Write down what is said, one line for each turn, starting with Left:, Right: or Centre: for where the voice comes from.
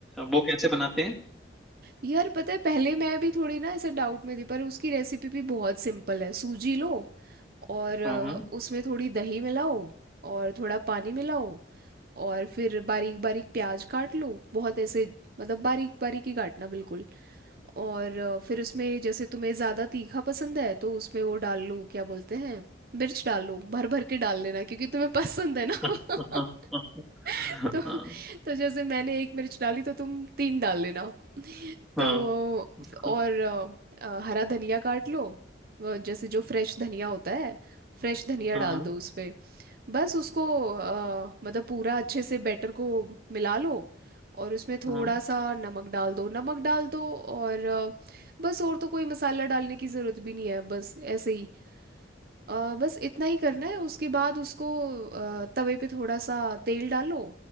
Centre: वो कैसे बनाते हैं
Right: यार पता है पहले मैं भी थोड़ी ना ऐसे डाउट में थी पर उसकी रेसिपी भी बहुत सिंपल है सूजी लो और अ,
Centre: हम्म
Right: उसमें थोड़ी दही मिलाओ और थोड़ा पानी मिलाओ और फिर बारीक बारीक प्याज काट लो बहुत ऐसे मतलब बारीक बारीक ही काटना बिल्कुल और अ, फिर उसमें जैसे तुम्हें ज़्यादा तीखा पसंद है तो उसमें वो डाल लो क्या बोलते हैं मिर्च डाल लो भर भर के डाल लेना क्योंकि तुम्हें पसंद है
Centre: <laughs>
Right: ना <laughs> <laughs>
Centre: हाँ
Right: तो तो जैसे मैंने एक मिर्च डाली तो तुम तीन डाल लेना
Centre: हाँ
Right: तो
Centre: बिल्कुल,
Right: और अ, अ, हरा धनिया काट लो वो जैसे जो फ्रेश धनिया होता है फ्रेश धनिया
Centre: हाँ
Right: डाल
Centre: हाँ
Right: दो उस पे बस उसको अ, मतलब पूरा अच्छे से बैटर को मिला लो और उसमें थोड़ा
Centre: हाँ
Right: सा नमक डाल दो नमक डाल दो और अ, बस और तो कोई मसाला डालने की ज़रूरत भी नहीं है बस ऐसे ही अ, बस इतना ही करना है उसके बाद उसको अ, तवे पे थोड़ा सा तेल डालो